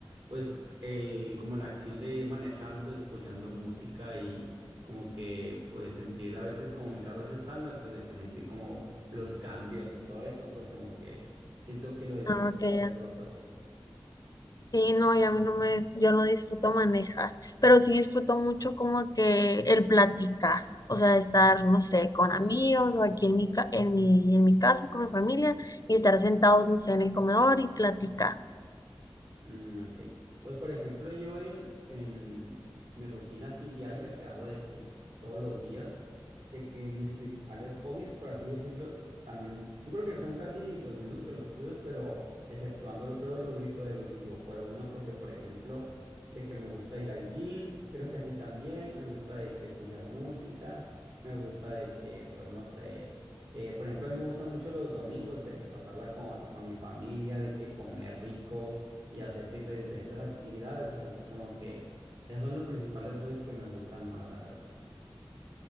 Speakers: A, on the right; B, on the left.
A: pues el como la acción de ir manejando, escuchando música y como que pues sentir a veces como mi carro es estándar, pues de que sentir como los cambios y todo eso, pues como que siento que lo disfruto
B: Ah, ok, ya.
A: hacerlo, pues.
B: Sí, no, yo a mí no me, yo no disfruto manejar, pero sí disfruto mucho como que el platicar, o sea, estar, no sé, con amigos o aquí en mi, ca- en mi, en mi casa con mi familia y estar sentados, no sé, en el comedor y platicar.
A: Mm, ok. Pues por ejemplo, yo en, en mi rutina así diaria que hago de que todos los días, de que mis principales hobbies, por así decirlo, también, yo creo que son casi los mismos que los tuyos, pero exceptuando lo creo de los, vi- lo de los videojuegos, ¿no? Porque por ejemplo, de que me gusta ir al gym, creo que a ti también, me gusta de que escuchar música, me gusta de que, pues no sé. eh, por ejemplo, a mí me gustan mucho los domingos de que pasarla con, con mi familia, de que comer rico y hacer dif- diferentes actividades. Entonces, como que esos son los principales hobbies que me gustan más, la verdad.